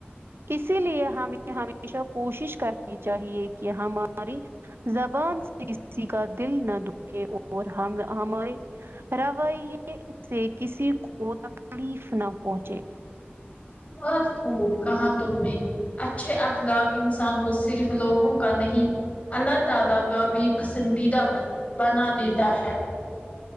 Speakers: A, on the right; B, on the left.
A: اسی لیے ہمیں ہمیشہ کوشش کرنی چاہیے کہ ہماری زبان سے کسی کا دل نہ دکھے اور ہم ہماری رویے سے کسی کو تکلیف نہ پہنچے
B: بہت خوب کہاں تم نے اچھے اخلاق انسان کو صرف لوگوں کا نہیں اللہ تعالی کا بھی پسندیدہ بن بنا دیتا ہے